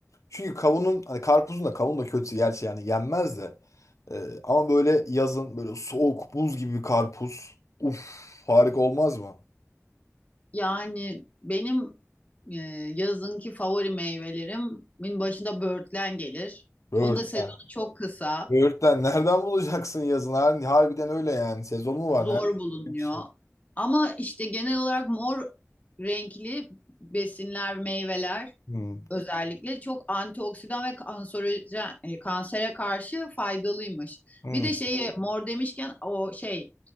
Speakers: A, on the left (about 85°); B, on the left (about 30°).
A: Çünkü kavunun hani karpuzun da kavun da kötü gerçi yani yenmez de. Ee, ama böyle yazın böyle soğuk buz gibi bir karpuz. Uf harika olmaz mı?
B: Yani benim e, yazınki favori meyvelerimin başında böğürtlen gelir.
A: Böğürtlen.
B: Onun da sezonu çok kısa.
A: Böğürtlen nereden bulacaksın yazın? Har- Harbiden öyle yani. Sezon mu var?
B: zor
A: Nerede?
B: bulunuyor.
A: Bir şey.
B: Ama işte genel olarak mor renkli besinler, meyveler
A: Hmm.
B: özellikle çok antioksidan ve kanserojen, e, kansere karşı faydalıymış.
A: Hmm.
B: Bir de şeyi mor demişken o şey